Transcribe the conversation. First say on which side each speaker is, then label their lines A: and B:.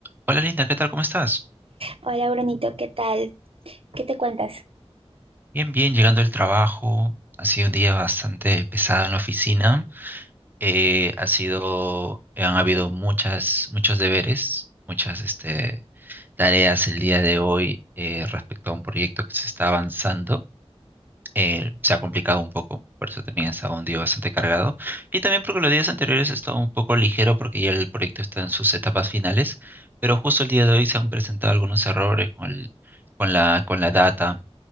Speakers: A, on the right; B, on the right.
A: Hola Linda, ¿qué tal? ¿Cómo estás?
B: Hola, Brunito, ¿qué tal? ¿Qué te cuentas?
A: Bien, bien, llegando del trabajo. Ha sido un día bastante pesado en la oficina. Eh, ha sido, eh, han habido muchas, muchos deberes, muchas este, tareas el día de hoy eh, respecto a un proyecto que se está avanzando. Eh, se ha complicado un poco, por eso también ha estado un día bastante cargado. Y también porque los días anteriores ha estado un poco ligero porque ya el proyecto está en sus etapas finales, pero justo el día de hoy se han presentado algunos errores con el- con la, con la data